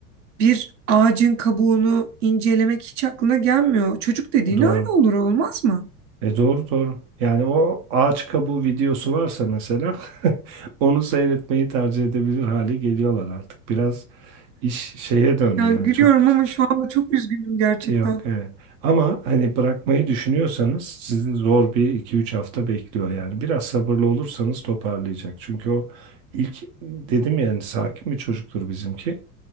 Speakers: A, on the right; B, on the right.
A: bir ağacın kabuğunu incelemek hiç aklına gelmiyor. Çocuk dediğin
B: Doğru.
A: öyle olur olmaz mı?
B: E doğru doğru. Yani o ağaç kabuğu videosu varsa mesela <laughs> onu seyretmeyi tercih edebilir hale geliyorlar artık. Biraz iş şeye döndü
A: Yani
B: yani
A: gülüyorum
B: çok
A: ama şu anda çok üzgünüm gerçekten.
B: yok evet. Ama hani bırakmayı düşünüyorsanız sizi zor bir iki üç hafta bekliyor yani. Biraz sabırlı olursanız toparlayacak. Çünkü o ilk dedim yani sakin bir çocuktur bizimki.